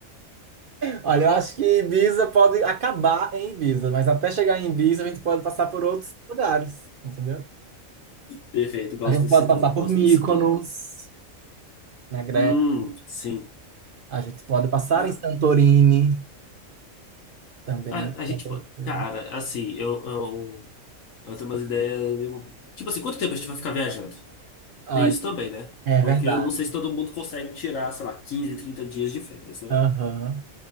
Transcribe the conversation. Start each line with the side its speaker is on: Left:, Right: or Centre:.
Right: Olha, eu acho que Ibiza pode acabar em Ibiza, mas até chegar em Ibiza a gente pode passar por outros lugares, entendeu?
Left: Perfeito, gosto
Right: A gente
Left: desse
Right: pode passar
Left: plano,
Right: por
Left: gosto
Right: Mykonos,
Left: desse plano.
Right: na Grécia.
Left: Hum, sim.
Right: A gente pode passar
Left: Ah,
Right: em Santorini também.
Left: a, a gente,
Right: na Grécia.
Left: pô, cara, assim, eu, eu, eu tenho umas ideias. meio- Tipo assim, quanto tempo a gente vai ficar viajando?
Right: Olha,
Left: Tem isso também, né?
Right: é
Left: Porque
Right: verdade.
Left: eu não sei se todo mundo consegue tirar, sei lá, 15 30 dias de férias, né?
Right: Aham.